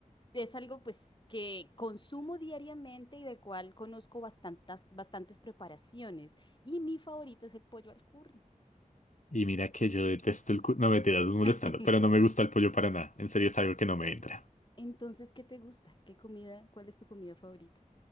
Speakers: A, on the left; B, on the left.
A: es algo pues que consumo diariamente y del cual conozco bastantes, bastantes preparaciones. Y mi favorito es el pollo al curry.
B: Y mira que yo detesto el... cu- No, me tiras molestando,
A: <laughs>
B: pero no me gusta el pollo para nada. En serio, es algo que no me entra.
A: Entonces, ¿qué te gusta? ¿Qué comida? ¿Cuál es tu comida favorita?